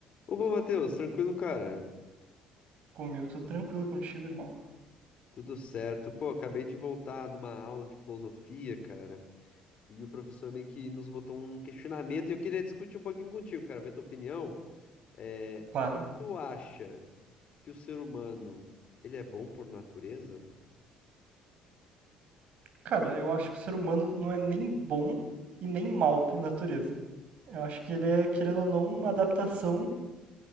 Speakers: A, on the left (about 50°); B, on the right (about 60°).
A: Opa, Matheus, tranquilo, cara?
B: Comigo, tô tranquilo contigo, irmão.
A: Tudo certo. Pô, acabei de voltar de uma aula de filosofia, cara, e o professor meio que nos botou um questionamento e eu queria discutir um pouquinho contigo, cara, ver tua opinião. É,
B: Claro.
A: tu acha que o ser humano, ele é bom por natureza?
B: Cara, eu acho que o ser humano não é nem bom e nem mal por natureza. Eu acho que ele é, querendo ou não, uma adaptação